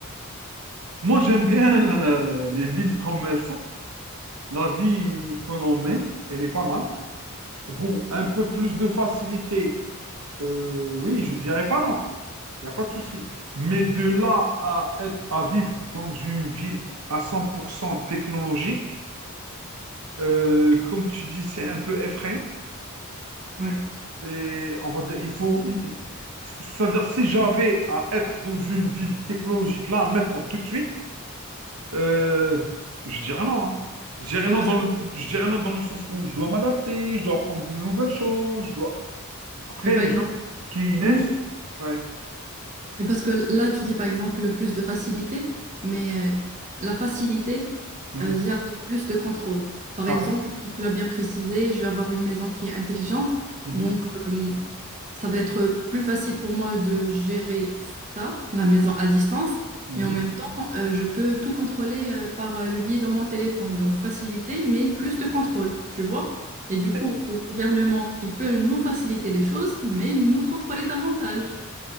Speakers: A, on the right; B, on the right.
A: Moi, j'aime bien la- la- les villes comme elles sont. La vie que l'on mène, elle est pas mal. Bon, un peu plus de facilité, euh, oui, je dirais pas non. Il n'y a pas de souci. Mais de là à, être- à vivre dans une ville à 100% technologique, euh, comme tu dis, c'est un peu effrayant.
B: Ouais.
A: Et on va dire, il faut... il- il- C'est-à-dire, si j'avais à être dans une ville technologique là, maintenant, tout de suite, Euh, je dirais non, hein. Je dirais
B: Ouais,
A: non
B: parce
A: dans le, je dirais non dans le sens où je dois m'adapter, je dois apprendre de nouvelles choses, je dois... Après,
B: Mais par
A: les
B: exemple,
A: gens qui y naissent...
B: oui,
A: Ouais.
B: et parce que là, tu dis par exemple le plus de facilité, mais euh, la facilité
A: Mhm.
B: euh, vient avec plus de contrôle. Par
A: Ah.
B: exemple, comme tu l'as bien précisé, je vais avoir une maison qui est intelligente,
A: Mhm.
B: donc euh, ça va être plus facile pour moi de gérer ça, la maison à distance,
A: Mhm.
B: mais en même temps, euh, je peux tout contrôler euh, par euh, le biais de mon téléphone. Donc facilité, mais plus de contrôle, tu vois? Et du
A: Tu
B: coup, le gouvernement, il peut nous faciliter les choses, mais nous contrôler davantage.